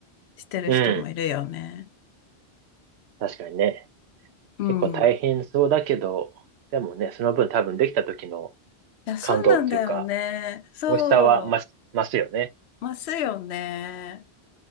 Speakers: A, on the left; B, on the right.
A: してる人もいるよね。
B: うん。確かにね。
A: うん。
B: 結構大変そうだけど、でもね、その分多分できた時の
A: いや、そうなんだよね。
B: 感動っていうか、
A: そ
B: 美味しさは増し、増すよね。
A: う。ますよね。